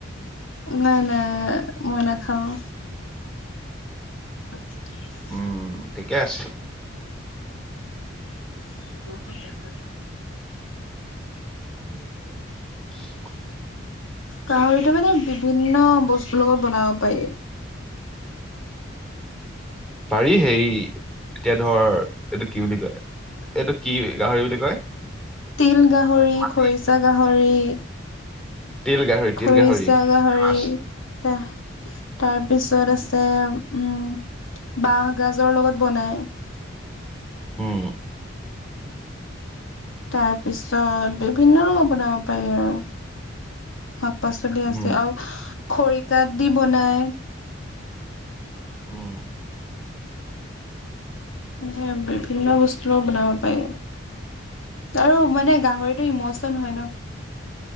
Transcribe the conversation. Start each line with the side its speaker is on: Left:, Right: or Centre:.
Left: নাই নাই মই নাখাওঁ। <inaudible>
Centre: উম ঠিকে আছ।
Left: <unintelligible>
Centre: <unintelligible>
Left: গাহৰিতটো মানে বিভিন্ন বস্তুৰ লগত বনাব পাৰি।
Centre: পাৰি সেই এতিয়া ধৰ এইটো কি বুলি কয় এইটো কি গাহৰি বুলি কয়।
Left: তিল গাহৰি
Centre: মাটি
Left: খৰিচা গাহৰি।
Centre: তিল গাহৰি তিল
Left: খৰিচা
Centre: গাহৰি
Left: গাহৰি।
Centre: মাছ
Left: তেহ তাৰপিছত আছে উম। বাহ গাজৰ লগত বনাই।
Centre: উম।
Left: তাৰ পিছত বিভিন্ন ৰঙত বনাব পাৰি আৰু। শাক পাচলি আছে
Centre: উম
Left: আৰু খৰিকাত দি বনাই।
Centre: উম।
Left: <inaudible> বিভিন্ন বস্তু লগত বনাব পাৰি। আৰু মানে গাহৰিতটো ইমচন হয় ন'।